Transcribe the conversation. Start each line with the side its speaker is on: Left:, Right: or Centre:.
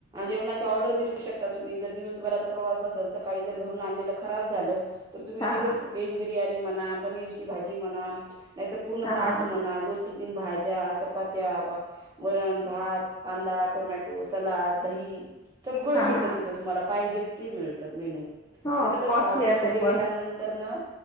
Right: जेवणाची ऑर्डर देऊ शक शकता तुम्ही, दिवसभराचा प्रवास असल सकाळी जर घरून आणलेल खराब झाल तर तुम्ही
Left: हा
Right: लगेच
Left: हा
Right: वेज बिर्याणी म्हणा, पनीरची भाजी म्हणा, नाही तर पूर्ण
Left: हा
Right: ताट
Left: हा
Right: म्हणा दोन तीन भाज्या, चपात्या, बा वरण, भात, कांदा, टोमॅ टो, सलाद, दही सगळं
Left: हा
Right: मिळतं
Left: हा हा
Right: तिथं तुम्हाला, पाहिजे ते मिळतं मेनू.
Left: हो
Right: तिथं कसं
Left: कॉस्टली
Right: हॉटेलमध्ये
Left: असेल
Right: गेल्यानंतर,
Left: पण
Right: नंतर न